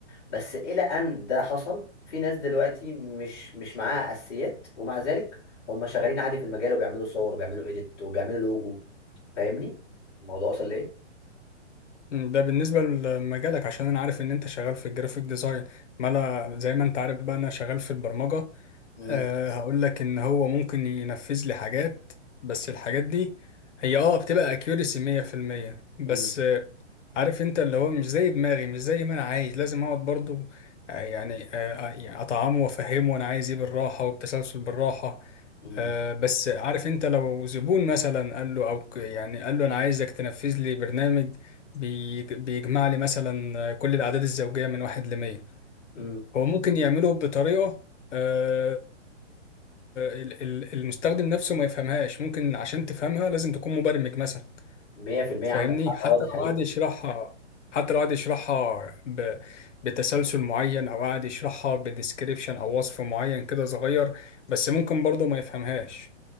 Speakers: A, on the left; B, on the left.
A: بس إلى أن ده حصل في ناس دلوقتي مش مش معاها أساسيات ومع ذلك هم شغالين عادي في المجال وبيعملوا صور وبيعملوا إيديت وبيعملوا لوجو فاهمني الموضوع وصل لإيه؟
B: مم، ده بالنسبة لمجالك عشان أنا عارف إن أنت شغال في الجرافيك ديزاين ما أنا زي ما أنت عارف بقى أنا شغال في البرمجة
A: امم
B: أه هقول لك إن هو ممكن ينفذ لي حاجات بس الحاجات دي هي أه بتبقى أكيوريسي 100% بس
A: امم
B: آه، عارف أنت اللي هو مش زي دماغي مش زي ما أنا عايز لازم أقعد برضو آه، يعني آه، آه، يعني أطعمه وأفهمه أنا عايز إيه بالراحة وبتسلسل بالراحة
A: امم
B: آه، بس عارف انت لو زبون مثلا قال له او ك- يعني قال له انا عايزك تنفذ لي برنامج بيج- بيجمع لي مثلا كل الاعداد الزوجيه من واحد لمية
A: امم
B: هو ممكن يعمله بطريقه آه، ال- ال- المستخدم نفسه ما يفهمهاش ممكن عشان تفهمها لازم تكون مبرمج مثلا
A: 100%
B: فاهمني
A: عندك حق
B: حتى
A: اه دي حقيقة
B: لو قعد يشرحها حتى لو قعد يشرحها ب... بتسلسل معين او قعد يشرحها بديسكريبشن او وصف معين كده صغير بس ممكن برضه ما يفهمهاش